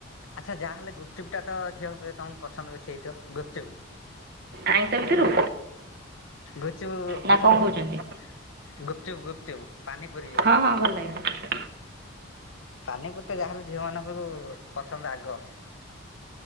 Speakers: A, on the left; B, on the right.
A: ଆଚ୍ଛା ଯାହାହେଲେ ଗୁପଚୁପ ଟା ତ ଝିଅଙ୍କୁ ତମକୁ ପସନ୍ଦ ବେଶୀ ହେଇଥିବ ଗୁପଚୁପ।
B: ଆଇସ ଭିତରୁ
A: ଗୁପଚପୁ
B: ନା
A: ପସନ୍ଦ
B: କଣ
A: ନୁହେଁ
B: କହୁଛନ୍ତି
A: ଗୁପଚୁପ ଗୁପଚୁପ ପାନିପୁରୀ ଯୋଉ।
B: ହଁ ହଁ ଭଲଲାଗେ।
A: ପାନିପୁରୀ ଟା ଯାହାହେଲେ ଝିଅ ମାନଙ୍କୁ ପସନ୍ଦ ଆଗ।